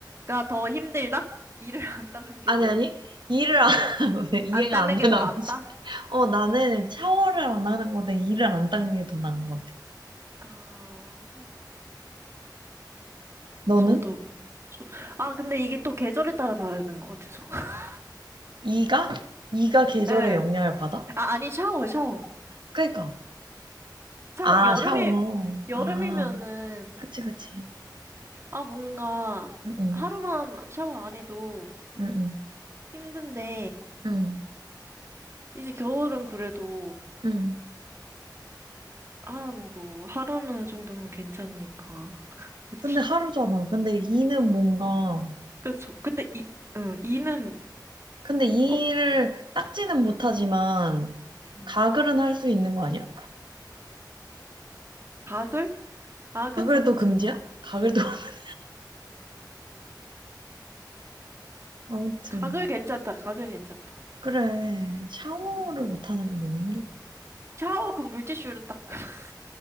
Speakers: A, on the right (about 35°); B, on the right (about 90°).
A: 더 힘들다? 이를 안 닦는 게
B: 아니
A: 더,
B: 아니. 이를 안 <laughs> 왜 이해가
A: 안 닦는
B: 안 되나
A: 게 더 낫다?
B: 보지. <laughs> 어, 나는 샤워를 안 하는 거보다 이를 안 닦는 게 더 나은 것 같아.
A: 아,
B: 너는?
A: 저도, 저, 아, 근데 이게 또 계절에 따라 다르는 것 같아서. <laughs>
B: 이가? 이가 계절의
A: 예.
B: 영향을 받아?
A: 아, 아니, 샤워, 샤워.
B: 그러니까.
A: 샤워,
B: 아,
A: 여름에,
B: 샤워.
A: 여름이면은,
B: 아, 그치, 그치.
A: 아, 뭔가,
B: 응, 응,
A: 하루만 샤워 안 해도
B: 응,
A: 힘든데,
B: 응,
A: 이제 겨울은 그래도,
B: 응.
A: 한, 뭐, 하루는 정도면 괜찮으니까. <laughs>
B: 근데 하루잖아. 근데 이는 뭔가,
A: 그쵸. 근데 이, 응, 이는
B: 근데 이를
A: 꼭,
B: 닦지는 못하지만,
A: 음,
B: 가글은 할 수 있는 거 아니야?
A: 가글? 아, 그쵸,
B: 가글도
A: 그쵸.
B: 금지야? 가글도. <laughs> 아무튼.
A: 가글 괜찮다. 가글 괜찮다.
B: 그래. 샤워를
A: 응.
B: 못하는 건 너무 힘들 것 같아.
A: 샤워 그 물티슈로 딱 <laughs>